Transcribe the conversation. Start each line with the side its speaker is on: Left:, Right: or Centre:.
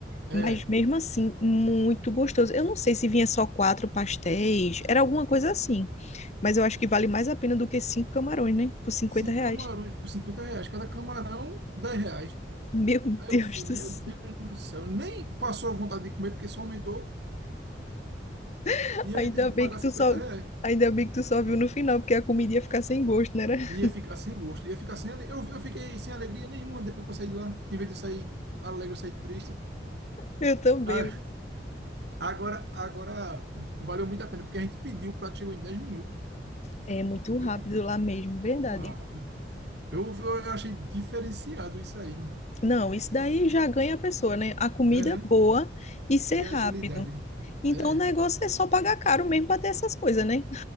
Right: É,
Left: Mas mesmo assim, muito gostoso. Eu não sei se vinha só quatro pastéis, era alguma coisa assim. Mas eu acho que vale mais a pena do que cinco camarões, né? Por 50
Right: cinco
Left: reais.
Right: camarões por 50 reais. Cada camarão, 10 reais.
Left: Meu <laughs>
Right: Aí
Left: Deus
Right: eu fui, meu
Left: do céu.
Right: Deus do céu, nem passou a vontade de comer porque só aumentou
Left: <laughs>
Right: e
Left: Ainda
Right: eu ainda tive que
Left: bem
Right: pagar
Left: que tu
Right: 50
Left: só,
Right: reais.
Left: ainda bem que tu só viu no final, porque a comida ia ficar sem gosto, né? <laughs>
Right: Ia ficar sem gosto, ia ficar sem ale... eu, eu fiquei sem alegria nenhuma depois que eu saí de lá. Em vez de sair alegre, eu saí triste.
Left: Eu também.
Right: Ah, agora, agora valeu muito a pena, porque a gente pediu, o prato chegou em 10 minutos.
Left: É muito
Right: Diga
Left: rápido
Right: aí.
Left: lá mesmo, verdade.
Right: Muito rápido. Eu, eu achei diferenciado isso aí.
Left: Não, isso daí já ganha a pessoa, né? A comida
Right: Aham.
Left: é boa e ser
Right: E
Left: rápido.
Right: a agilidade.
Left: Então
Right: É.
Left: o negócio é só pagar caro mesmo para ter essas coisas, né?